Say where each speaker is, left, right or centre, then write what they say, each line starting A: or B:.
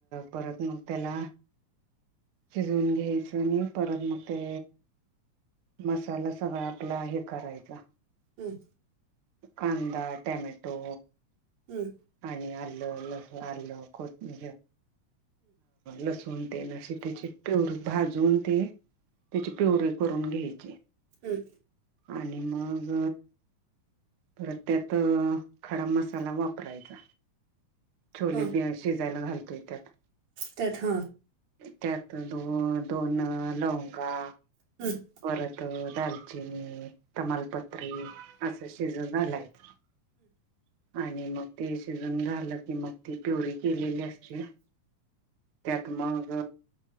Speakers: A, on the right; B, on the right.
A: परत मग त्याला शिजवून घ्यायचं आणि परत मग ते मसाला सगळा आपला हे करायचा.
B: हम.
A: कांदा टॅमॅटो.
B: हम्म.
A: आणि आलं ल आलं कोथि लसूण तेशी त्याची पेर भाजून ते त्याची प्यवरी करून घ्यायची.
B: हम्.
A: आणि मग परत त्यात खडा मसाला वापरायचा. छोले
B: हां
A: बि शिजायला घालतोय त्यात
B: त्यात हा.
A: त्यात दो दोन लवंगा.
B: हम्.
A: परत दालचिनी तमालपत्री असं शिजून घालायचं आणि मग ते शिजून झालं की मग ती प्यवरी केलेली असते. त्यात मग